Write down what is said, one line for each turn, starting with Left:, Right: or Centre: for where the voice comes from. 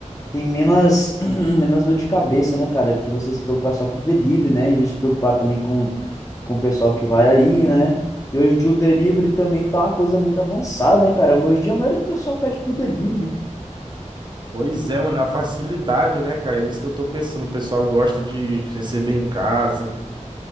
Left: tem menos, <clears throat> menos dor de cabeça, né, cara? Que você se preocupar só com o delivery, né? Em vez de se preocupar também com, com o pessoal que vai aí, né? E hoje em dia o delivery também tá uma coisa muito avançada, né, cara? Hoje em dia a maioria do pessoal pede por delivery.
Right: Pois é, mano, é a facilidade, né, cara? É nisso que eu tô pensando. O pessoal gosta de receber em casa.